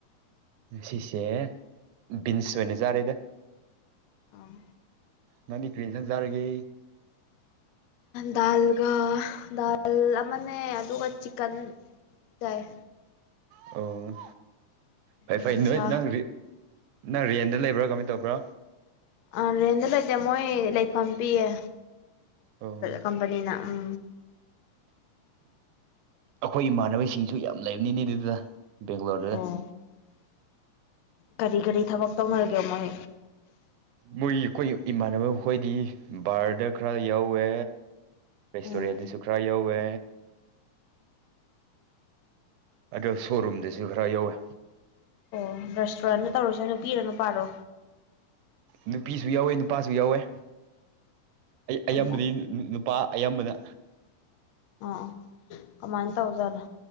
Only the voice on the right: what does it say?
ꯁꯤꯁꯦ ꯕꯤꯟꯁ ꯑꯣꯏꯅ ꯌꯥꯥꯔꯤꯦꯗ
ꯅꯃꯤ ꯀꯨꯔꯤꯦꯟ ꯁꯪꯖꯔꯒꯦ
ꯑꯣ ꯐꯩ
ꯐꯩ ꯅꯣꯏ ꯅꯪ ꯅꯪ ꯔꯦꯟꯗ ꯂꯩꯕ꯭ꯔꯥ ꯀꯃꯥꯏꯅ ꯇꯧꯕ꯭ꯔꯥ
ꯑꯣ
ꯑꯩꯈꯣꯏ ꯏꯃꯥꯟꯅꯕꯁꯤꯡꯁꯨ ꯌꯥꯝ ꯂꯩꯕꯅꯤꯅꯦ ꯑꯗꯨꯗ ꯕꯦꯡꯒꯂꯣꯔꯗꯨꯗ
ꯃꯣꯏ ꯑꯩꯈꯣꯏ ꯏꯃꯥꯟꯅꯕ ꯑꯩꯈꯣꯏꯗꯤ ꯕꯥꯔꯗ ꯈꯔ ꯌꯥꯎꯋꯦ ꯦꯁꯇꯣꯔꯤꯌꯥꯗꯨꯁꯨ
ꯈꯔ ꯌꯧꯋꯦ ꯑꯗꯣ ꯁꯣꯔꯨꯝꯗꯁꯨ ꯈꯔ ꯌꯧꯋꯦ
ꯅꯨꯄꯤꯁꯨ ꯌꯥꯎꯋꯦ ꯅꯨꯄꯥꯁꯨ ꯌꯥꯎꯋꯦ ꯑꯌꯥꯝꯕꯗꯤ
ꯅꯨꯄꯥ ꯑꯌꯥꯝꯕꯅ